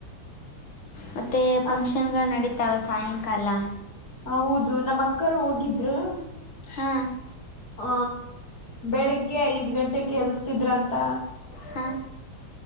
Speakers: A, on the left; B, on the left.
A: ಮತ್ತೆ ಫಂಕ್ಷನ್ಗಳ
B: ಅ-
A: ನಡೀತಾವ ಸಾಯಂಕಾಲ.
B: ಹ ಹೌದು ನಮ್ಮ್ ಅಕ್ಕರು ಹೋಗಿದ್ರರು.
A: ಹಾ.
B: ಹ ಬೆಳಿಗ್ಗೆ ಐದ್ ಗಂಟೆೆಗೆ ಎಿಸ್ತಿದ್ರಂತ.
A: ಹ